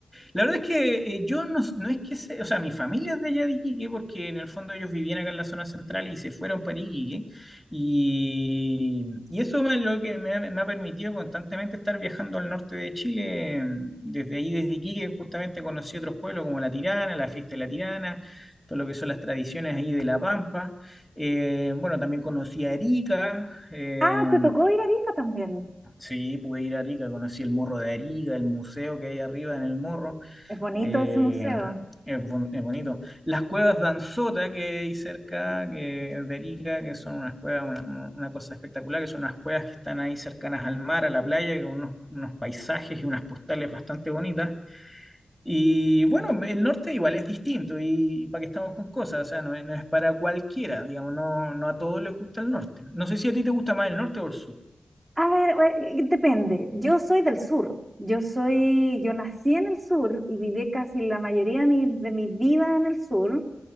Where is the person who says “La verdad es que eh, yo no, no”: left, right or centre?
Centre